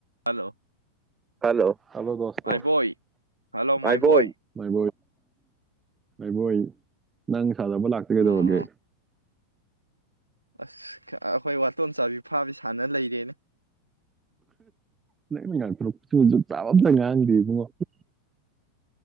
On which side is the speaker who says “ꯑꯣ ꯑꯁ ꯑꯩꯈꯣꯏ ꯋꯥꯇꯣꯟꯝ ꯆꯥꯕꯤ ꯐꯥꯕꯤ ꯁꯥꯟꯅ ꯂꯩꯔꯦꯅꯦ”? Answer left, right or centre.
Right